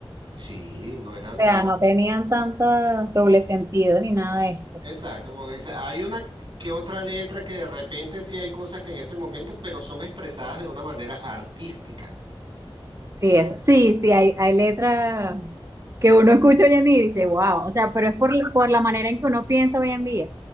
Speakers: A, on the right; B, on the right.
A: Sí, no eran,
B: O sea,
A: no
B: no tenían tanta doble sentido ni nada de esto.
A: Exacto, como que dice, hay una que otra letra que de repente sí hay cosas que en ese momento, pero son expresadas de una manera artística.
B: Sí, es, sí, sí, hay, hay letras que uno escucha hoy en día y dice, wow, o sea, pero es por, la- por la manera en que uno piensa hoy en día.